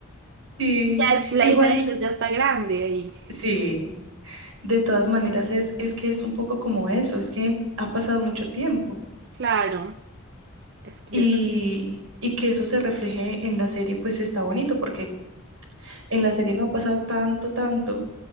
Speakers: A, on the right; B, on the right.
A: Sí,
B: Ya es la
A: igual,
B: hija de ellos, ya está grande y
A: sí. De todas maneras es, es que es un poco como eso, es que ha pasado mucho tiempo.
B: Claro, es que
A: y,
B: yo, no,
A: y que eso se refleje en la serie, pues está bonito, porque en la serie no ha pasado tanto, tanto